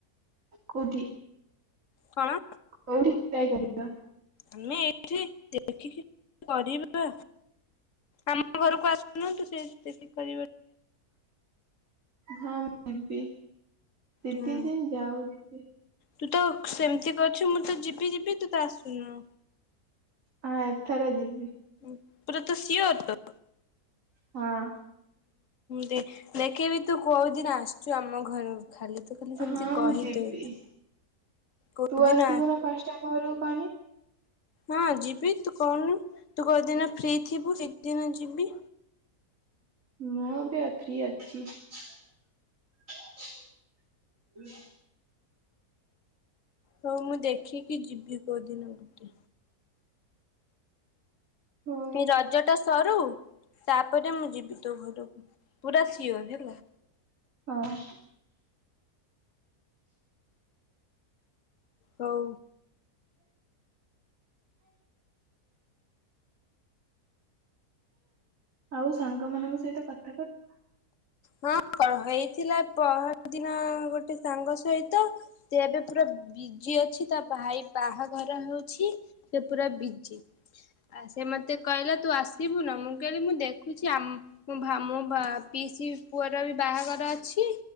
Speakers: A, on the right; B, on the left.
A: କୋଠି
B: କଣ
A: କଉଠି ଟ୍ରାଏ କରିବା
B: ଆମେ ଏଇଠି ଦେଖିକି କରିବ ଆମ ଘରକୁ ଆସୁନାହନ୍ତୁ ସେ ଦେଖି କରିବ
A: ହଁ ମୁ ବି ଦି
B: ହୁଁ
A: ତିନି ଦିନ ଯାଉ ଯିବି
B: ତୁ ତ ସେମିତି କରିଛୁ ମୁଁ ତ ଯିବି ଯିବି ତୁ ତ ଆସୁନୁ
A: ହଁ ଏଥର ଯିବି
B: ପୁରା ତ ସିଓର୍ତ
A: ହଁ
B: ଦେ ଦେଖିବି ତୁ କୋଉ ଦିନ ଆସିଛୁ ଆମ ଆମ ଘର ଖାଲି ତୁ ଖାଲି ସେମିତି
A: ହଁ
B: କହିଦଉଛୁ।
A: ମୁଁ ଯିବି
B: କୋଉଦିନ
A: ତୁ ଆସିବୁ ନା ଫାଷ୍ଟ ଆମ ଘରକୁ କହନି
B: ହଁ ଯିବି, ତୁ କହୁନୁ ତୁ କଉଦିନ ଫ୍ରି ଥିବୁ ସେ ଦିନ ଯିବି।
A: ମୁଁ ବି ଅ ଫ୍ରି ଅଛି ହୁ
B: ହଉ ମୁଁ ଦେଖିକି ଯିବି କୋଉଦିନ ଗୋଟେ।
A: ହଉ
B: ଏ ରଜ ଟା ସରୁ, ତାପରେ ମୁଁ ଯିବି ତୋ ଘରକୁ ପୁରା ସିଓର ହେଲା।
A: ହଁ
B: ହଉ
A: ଆଉ ସାଙ୍ଗ ମାନଙ୍କ ସହିତ କଥା କର
B: ହଁ ହେଇଥିଲା ପହର ଦିନ ଗୋଟେ ସାଙ୍ଗ ସ ସହିତ ସେ ଏବେ ପୁରା ବିଜି ଅଛି ତା ଭାଇ ବାହାଘର ଯା ହଉଛି ସେ ପୁରା ବିଜି ଆ, ସେ ମୋତେ କହିଲା ତୁ ଆସିବୁ ନା? ମୁଁ କହିଲି ମୁଁ ଦେଖୁଛି ଆମ୍ ମୋ ଭା-ମୋ ବା ପିଇସି ପୁଅର ବି ବାହାଘର ଅଛି।